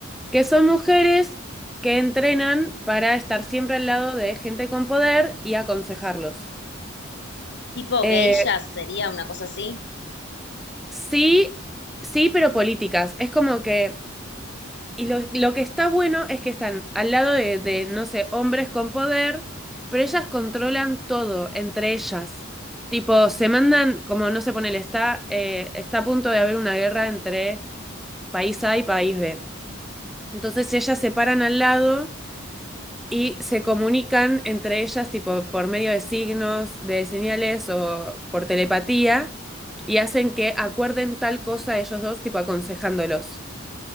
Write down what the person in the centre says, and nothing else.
que son mujeres que entrenan para estar siempre al lado de gente con poder y aconsejarlos.
Eh,
sí, sí, pero políticas. Es como que Y lo, lo que está bueno es que están al lado de, de, no sé, hombres con poder, pero ellas controlan todo entre ellas. Tipo, se mandan, como no se pone el está, eh, está a punto de haber una guerra entre país A y país B. Entonces ellas se paran al lado y se comunican entre ellas, tipo, por medio de signos, de señales o por telepatía, y hacen que acuerden tal cosa ellos dos, tipo, aconsejándolos.